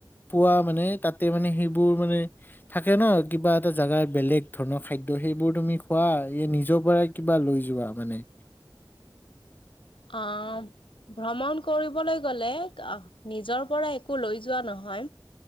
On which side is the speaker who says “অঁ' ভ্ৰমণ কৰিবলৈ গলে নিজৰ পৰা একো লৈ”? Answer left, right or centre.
Left